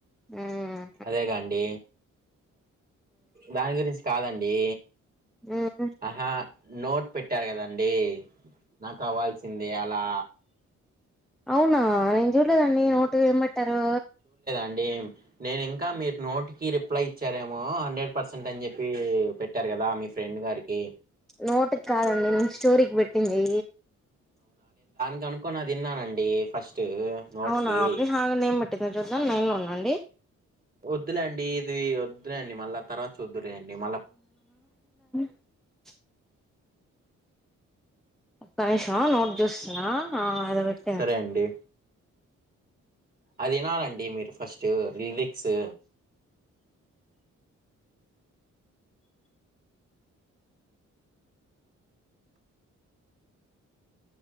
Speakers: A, in the centre; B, on the right (about 30°).
A: హ్మ్
B: అదే కాండి దాని గురించి కాదండి
A: ఉహూ
B: ఆహా నోట్ పెట్టారు కదండి నాకు అవ్వాల్సింది అలా
A: అవునా నేను చూడలేదండి నోటు ఏంబేట్టారు
B: అండి నేను ఇంకా మీరు నోట్ కి రిప్లై ఇచ్చారేమో హండ్రెడ్ పర్సెంట్ అని చెప్పి పెట్టారు కదా మీ ఫ్రెండ్ గారికి
A: నోటుకి కాదండి నేను స్టోరీకి పెట్టింది
B: ఇది అనుకొని అది విన్నానండి ఫస్ట్ నోటికి
A: అవునా ఒక్క నిమిషం ఆగండి ఏం పెట్టిందో చూద్దాం లైన్లో ఉండండి
B: వద్దులే అండి ఇది వద్దులే అండి మళ్ళా తర్వాత చూద్దులే అండి మళ్ళా
A: <unintelligible> ఒక్క నిమషం నోట్ చూస్తున్నా ఏదో పెట్టారు
B: సరే అండి అది వినాలండి మీరు ఫస్ట్ లిరిక్స్